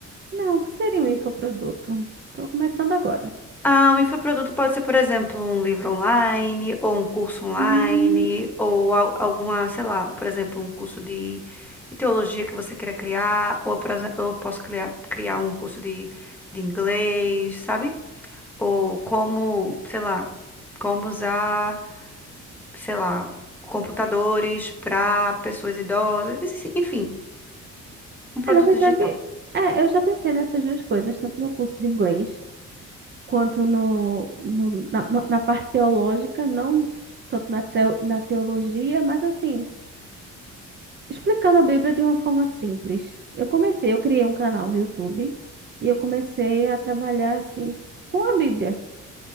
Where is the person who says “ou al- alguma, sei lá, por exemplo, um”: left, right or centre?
Centre